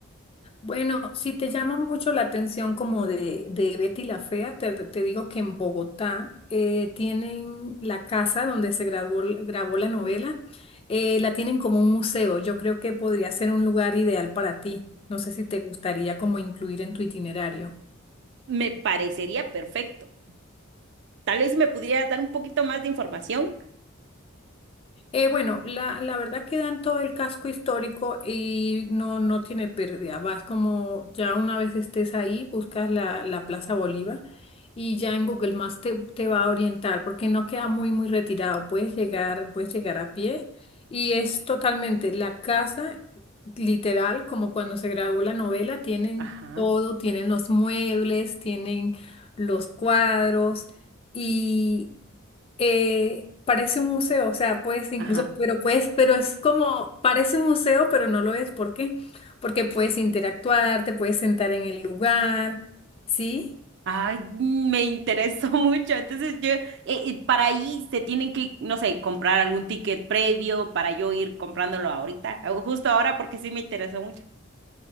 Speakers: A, on the left; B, on the right.
A: Bueno, si te llama mucho la atención como de, de Betty la Fea, te, te digo que en Bogotá eh, tienen la casa donde se graduó- grabó la novela, eh, la tienen como un museo. Yo creo que podría ser un lugar ideal para ti. No sé si te gustaría como incluir en tu itinerario.
B: Me parecería perfecto. Tal vez me pudieras dar un poquito más de información.
A: Eh, bueno, la, la verdad que en todo el casco histórico y no, no tiene pérdida. Vas como ya una vez estés ahí, buscas la, la Plaza Bolívar y ya en Google Maps te, te va a orientar porque no queda muy, muy retirado. Puedes llegar, puedes llegar a pie y es totalmente la casa, literal, como cuando se grabó la novela, tienen
B: Ajá,
A: todo, tienen los muebles, tienen los cuadros. y eh, parece un museo, o sea, puedes incluso,
B: ajá.
A: pero puedes, pero es como, parece un museo, pero no lo es. ¿Por qué? Porque puedes interactuar, te puedes sentar en el lugar, ¿sí?
B: Ay, mm, me interesó <laughs> mucho. Entonces yo, eh, eh, para ahí se tienen que, no sé, comprar algún ticket previo para yo ir comprándolo ahorita, o justo ahora porque sí me interesó mucho.